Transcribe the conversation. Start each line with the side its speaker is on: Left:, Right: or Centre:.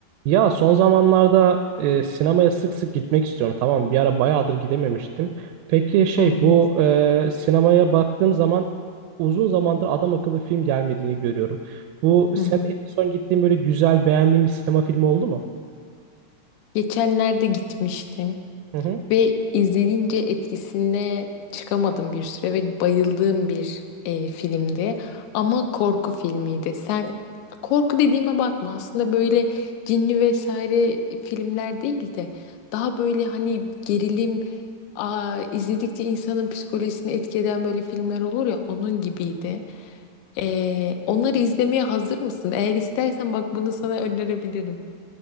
Right: Ya son zamanlarda e, sinemaya sık sık gitmek istiyorum. Tamam, bir ara bayağıdır gidememiştim. Peki şey
Left: Hı hı,
Right: bu e, sinemaya baktığım zaman uzun zamandır adam akıllı film gelmediğini görüyorum. Bu
Left: hı
Right: sen
Left: hı.
Right: en son gittiğin böyle güzel beğendiğin bir sinema filmi oldu mu?
Left: Geçenlerde gitmiştim
Right: Hı hı.
Left: ve izlenince etkisine çıkamadım bir süre ve bayıldığım bir e, filmdi. Ama korku filmiydi. Sen korku dediğime bakma aslında böyle cinli vesaire filmler değil de daha böyle hani gerilim aa, izledikçe insanın psikolojisini etki eden böyle filmler olur ya onun gibiydi. E, onları izlemeye hazır mısın? Eğer istersen bak bunu sana önerebilirim.